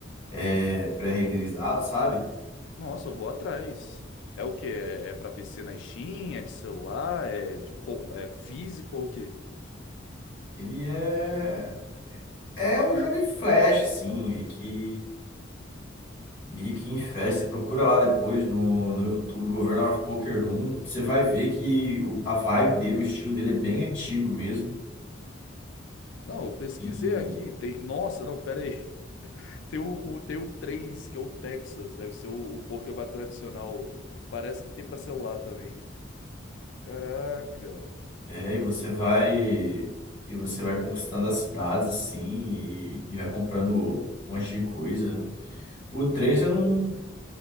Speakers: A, on the left; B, on the left.
A: é, pré-renderizado, sabe?
B: Nossa, eu vou atrás. É o quê? É, é pra PC na Steam? É de celular? É, de, co- é físico ou o quê?
A: Ele é. É um jogo em flash, assim, meio que. Mickey em festa, procura lá depois no, no YouTube, Governo of Poker 1, você vai ver que o- a vibe dele, o estilo dele é bem antigo mesmo,
B: Não, eu pesquisei
A: e,
B: aqui. Tem, nossa, não, pera aí. <laughs> Tem o, o, tem o três que é o Texas. Deve ser o, o Pokémon tradicional. Parece que tem pra celular também. Caraca.
A: é, e você vai e você vai conquistando as cidades, assim, e, e vai comprando um monte de coisa. O 3 eu não